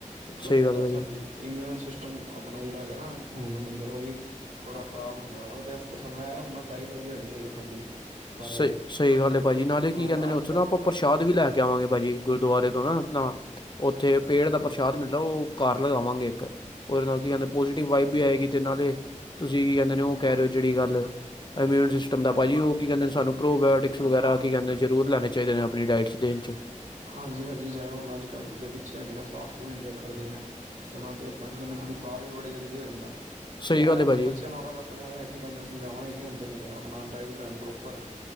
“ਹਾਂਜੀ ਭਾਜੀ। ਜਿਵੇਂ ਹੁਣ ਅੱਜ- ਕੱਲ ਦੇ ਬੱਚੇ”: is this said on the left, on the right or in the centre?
Right